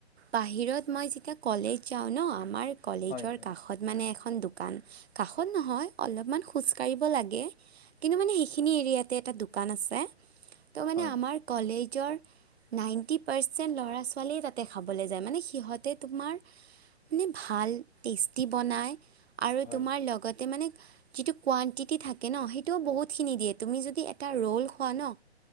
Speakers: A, on the right; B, on the left.
A: বাহিৰত মই যেতিয়া কলেজ যাওঁ ন আমাৰ কলেজৰ
B: হয় হয়
A: কাষত মানে এখন দোকান কা খন নহয় অলপমান খোজকাঢ়িব লাগে। কিন্তু মানে সেইখিনি এৰিয়াতে এটা দোকান আছে ত' মানে
B: হয়
A: আমাৰ কলেজৰ। নাইনটি পাৰচেণ্ট ল'ৰা ছোৱালীয়ে তাতে খাবলৈ যায় মানে সিহঁতে তোমাৰ মানে ভাল টেষ্টি বনাই আৰু
B: হয়
A: তোমাৰ লগতে মানে যি কোৱণ্টিটি থাকে ন সেইটোও বহুতখিনি দিয়ে তুমি যদি এটা ৰ'ল খোৱা ন!